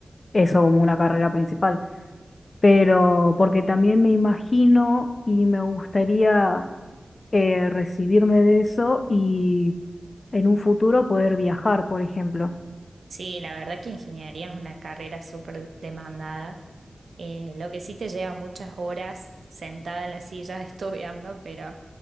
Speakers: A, on the left; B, on the right.
A: eso como una carrera principal. Pero porque también me imagino y me gustaría eh, recibirme de eso y en un futuro poder viajar, por ejemplo.
B: Sí, la verdad que ingeniería es una carrera súper demandada. Eh, lo que sí te lleva muchas horas sentada en la silla <laughs> estudiando, pero,